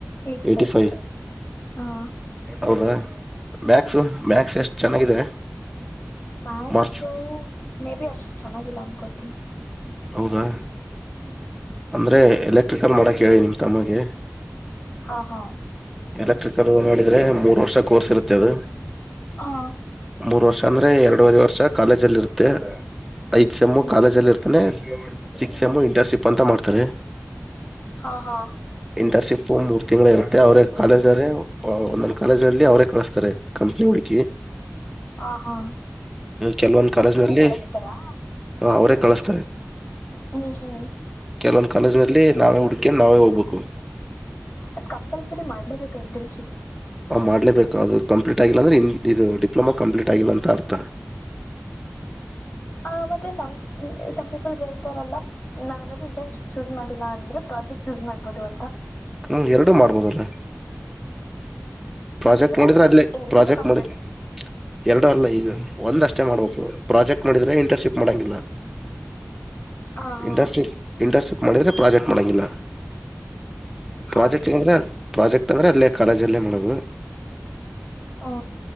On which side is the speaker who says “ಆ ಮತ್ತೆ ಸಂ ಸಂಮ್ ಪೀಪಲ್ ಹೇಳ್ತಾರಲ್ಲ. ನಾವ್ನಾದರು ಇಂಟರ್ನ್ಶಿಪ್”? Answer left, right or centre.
Left